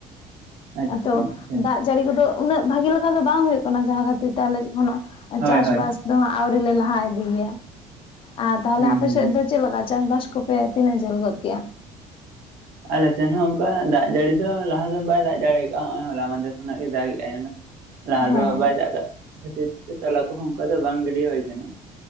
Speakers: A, on the right (about 85°); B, on the left (about 40°).
A: ᱟᱪᱪᱷᱟ
B: ᱟᱫᱚ
A: ᱟᱪᱪᱷᱟ
B: ᱫᱟᱜ ᱡᱟᱹᱲᱤ ᱠᱚᱫᱚ ᱩᱱᱟᱹᱜ ᱵᱷᱟᱜᱮ ᱞᱮᱠᱟ ᱫᱚ ᱵᱟᱝ ᱦᱩᱭᱩᱜ ᱠᱟᱱᱟ ᱡᱟᱦᱟᱸ ᱠᱷᱟᱹᱛᱤᱨ ᱛᱮ ᱟᱞᱮ ᱪᱮᱫ ᱠᱷᱚᱱᱟᱜ ᱟᱨ
A: ᱦᱳᱭ
B: ᱪᱟᱥᱵᱟᱥ
A: ᱦᱳᱭ
B: ᱫᱚᱦᱟᱸᱜ ᱟᱹᱣᱨᱤᱞᱮ ᱞᱟᱦᱟ ᱤᱫᱤ ᱜᱮᱭᱟ ᱟᱨ ᱛᱟᱦᱞᱮ
A: ᱦᱩᱸ
B: ᱟᱯᱮ
A: ᱦᱩᱸ
B: ᱥᱮᱫ ᱫᱚ ᱪᱮᱫ ᱞᱮᱠᱟ ᱪᱟᱥᱵᱟᱥ ᱠᱚᱯᱮ ᱛᱤᱱᱟᱹᱜ ᱡᱷᱟᱹᱞ ᱜᱚᱫ ᱠᱮᱜᱟ?
A: ᱟᱞᱮ ᱥᱮᱫ ᱦᱚᱸ ᱚᱱᱠᱟ ᱫᱟᱜ ᱡᱟᱹᱲᱤ ᱫᱚ ᱞᱟᱦᱟ ᱫᱚ ᱵᱟᱭ ᱫᱟᱜ ᱡᱟᱲᱮ ᱠᱟᱜᱼᱟ ᱦᱚᱸᱜᱼᱚᱭ ᱦᱚᱞᱟ ᱢᱟᱫᱷᱮᱨ ᱠᱷᱚᱱᱟᱜ ᱜᱮ ᱫᱟᱜᱮᱜ ᱟᱭ ᱚᱱᱟ ᱞᱟᱦᱟ
B: ᱦᱮᱸ
A: ᱫᱚ ᱵᱟᱭ ᱫᱟᱜᱟᱜ ᱠᱷᱟᱹᱛᱤᱨ ᱛᱮ ᱛᱚᱞᱟ ᱠᱚᱦᱚᱸ ᱚᱱᱠᱟ ᱫᱚ ᱵᱟᱝ ᱜᱤᱰᱤ ᱦᱩᱭ ᱠᱟᱱᱟ᱾